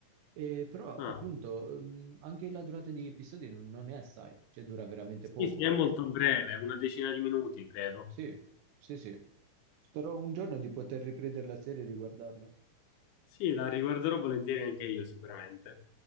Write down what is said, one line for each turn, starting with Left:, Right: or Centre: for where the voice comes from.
Right: E però
Left: Ah,
Right: appunto ehm, anche la durata di episodi non, non è assai, cioè dura veramente
Left: sì,
Right: poco.
Left: sì, è molto breve, una decina di minuti credo.
Right: Sì, sì, sì. Spero un giorno di poter riprendere la serie e riguardarla.
Left: Sì, la riguarderò volentieri anche io sicuramente.